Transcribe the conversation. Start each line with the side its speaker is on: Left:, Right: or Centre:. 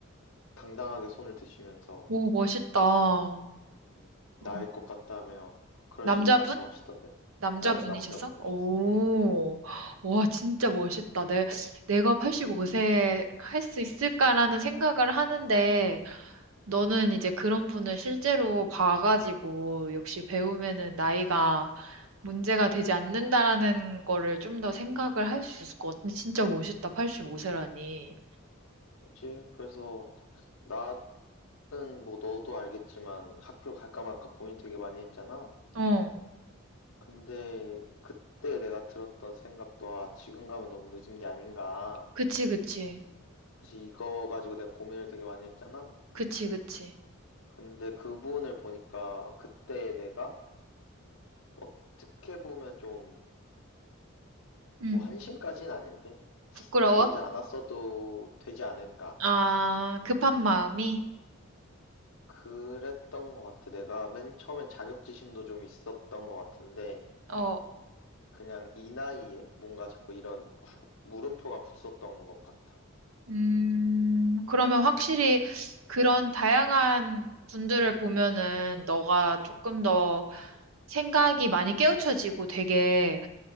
Left: 당당하게 손을 드시면서
Right: 오, 멋있다.
Left: 음, 나일
Right: 음.
Left: 것 같다며 그런
Right: 남자분?
Left: 식으로 말씀하시던데.
Right: 남자분이셨어?
Left: 응, 남자분이셨어.
Right: 오, 와, 진짜 멋있다. 내, 내가 85세 할 수 있을까라는 생각을 하는데, 너는 이제 그런 분을 실제로 봐가지고 역시 배우면은 나이가 문제가 되지 않는다라는 거를 좀 더 생각을 할 수 있을 것 같은데 진짜 멋있다. 85세라니.
Left: 그치? 그래서 나는 뭐 너도 알겠지만 학교 갈까 말까 고민 되게 많이 했잖아.
Right: 어.
Left: 근데 그때 내가 들었던 생각도 아, 지금 가면 너무 늦은 게 아닌가.
Right: 그치, 그치.
Left: 사실 이거 가지고 내가 고민을 되게 많이 했잖아.
Right: 그치, 그치.
Left: 근데 그분을 보니까 그때 내가 어떻게 보면 좀
Right: 응.
Left: 뭐 한심까지는 아닌데
Right: 부끄러워?
Left: 그러지 않았어도 되지 않을까.
Right: 아, 급한 마음이?
Left: 그랬던 것 같아. 내가 맨 처음엔 자격지심도 좀 있었던 것 같은데
Right: 어
Left: 그냥 이 나이에 뭔가 자꾸 이런 구- 물음표가 붙었던 것 같아.
Right: 음, 그러면 확실히 그런 다양한 분들을 보면은 너가 조금 더 생각이 많이 깨우쳐지고 되게,